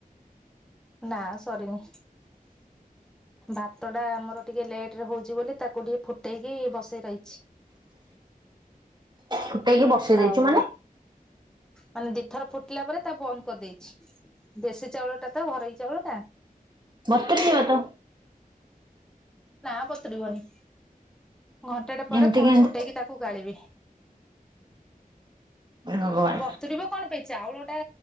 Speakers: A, in the centre; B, on the right.
A: ନା ସରିନି ଭାତ ଟା ଆମର ଟିକେ ଲେଟରେ ହଉଛି ବୋଲି ତାକୁ ଟିକେ ଫୁଟେଇକି ବସେଇ ରହିଛି।
B: ଫୁଟେଇକି ବସେଇ ଦେଇଚୁ
A: ଆଉ,
B: ମାନେ
A: ମାନେ ଦିଥର, ଫୁଟିଲା ପରେ ତା, ବ କରିଦେଇଛି ୲ ଦେଶୀ ଚାଉଳ ଟା ତ, ଘରୋଇ ଚାଉଳ ଟା।
B: ବତୁରିଯିବ ତ
A: ନାଁ, ବତୁରିବନି ୲ ଘଣ୍ଟାଟେ ପରେ,
B: ଏମିତି
A: ପୁଣି
B: କେମିତି
A: ଫୁଟେଇକି, ତାକୁ ଗାଳିବେ।
B: ଏ ଭଗବାନ।
A: ବତୁରିବ, କଣ? ଏ, ଚାଉଳ ଟା,